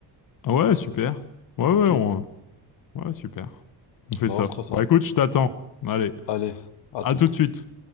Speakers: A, on the left; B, on the left.
A: Ah ouais, super. Ouais,
B: Ok?
A: ouais, on- ouais, super. On fait
B: Ben,
A: ça.
B: on fera ça.
A: Bah écoute, je t'attends. Allez,
B: Allez, à
A: à
B: toute.
A: tout de suite.